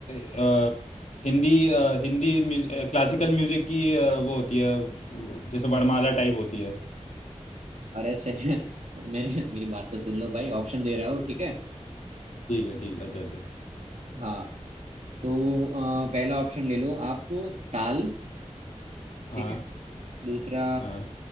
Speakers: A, on the left; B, on the right.
A: अ, हिंदी अ, हिंदी म्यूज- अ, क्लासिकल म्यूजिक की अ, वो होती है वो, जैसे वर्णमाला टाइप होती है
B: अरे से <laughs> मेरे मेरी बात तो सुन लो भाई ऑप्शन दे रहा हूँ ठीक है
A: ठीक है ठीक अच्छा अच्छा
B: हाँ तो अ, पहला ऑप्शन ले लो आपको ताल
A: हाँ
B: ठीक है दूसरा
A: हाँ